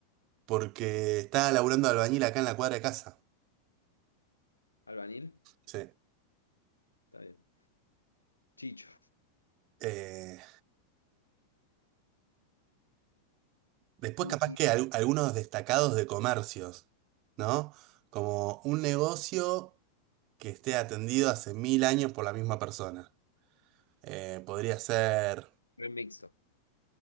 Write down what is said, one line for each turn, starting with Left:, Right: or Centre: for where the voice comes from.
Right: porque estaba laburando de albañil acá en la cuadra de casa.
Left: ¿Albanil?
Right: Sí.
Left: Está bien. Chicho,
Right: Eh, después
Left: Cookie,
Right: capaz que al- algunos destacados de comercios, ¿no? Como un negocio que esté atendido hace mil años por la misma persona. Eh, podría ser
Left: remixo.